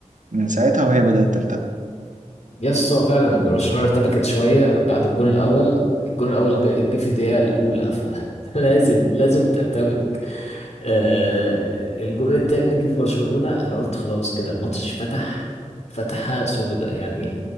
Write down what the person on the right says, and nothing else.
من ساعتها وهي بدات ترتبك